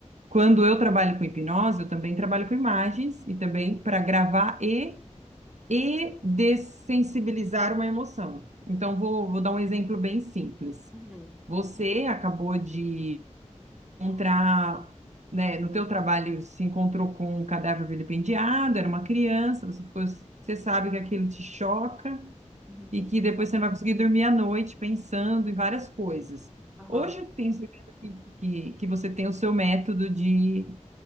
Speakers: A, on the right; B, in the centre.
A: quando eu trabalho com hipnose, eu também trabalho com imagens e também para gravar e, e dessensibilizar uma emoção. Então, vou, vou dar um exemplo bem simples.
B: Uhum.
A: Você acabou de encontrar, né, no teu trabalho se encontrou com um cadáver vilipendiado, era uma criança, você ficou, você sabe que aquilo te choca
B: Uhum.
A: e que depois você não vai conseguir dormir à noite pensando em várias coisas.
B: Aham.
A: Hoje eu tenho certeza que, que, que você tem o seu método de,